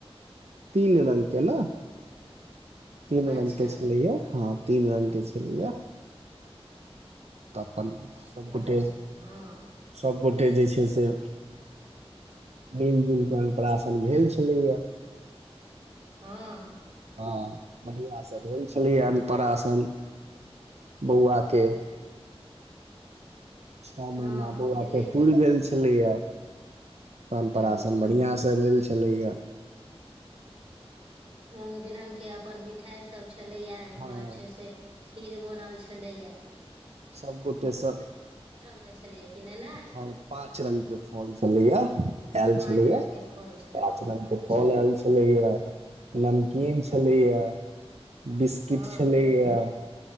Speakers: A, on the right; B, on the right.
A: तीन रंग के न तीन
B: अच्छा
A: रंग के छलैया हँ तीन रंग के छलैया तऽ अपन सभ गोटे
B: अच्छा हँ
A: सभगोटे जे छै। से मिल जुल के अन्नप्राशन भेल छलैया
B: हँ
A: हँ बढ़ियाँ से भेल छलिया अन्नप्राशन बौआ के छौ
B: हँ
A: महीना बौआ
B: भेलै
A: के पुर
B: की
A: गेल छलेया अन्नप्राशन
B: हूँ
A: बढ़िया से भेल छलैया
B: रंग बिरंग के अपन मिठाई सभ छलैया एम्हर
A: हँ
B: छै से खीर बनल छलैया
A: सब गोटे सँ
B: के छले कि ने ने
A: फल पाँच रंग के फल छलैया ऐल
B: पांच
A: छलैया
B: रंग के फल छले
A: पाँच रंग के
B: अच्छा
A: फल ऐल छलैया नमकीन छलैया
B: हँ
A: बिस्किट
B: हँ
A: छलैया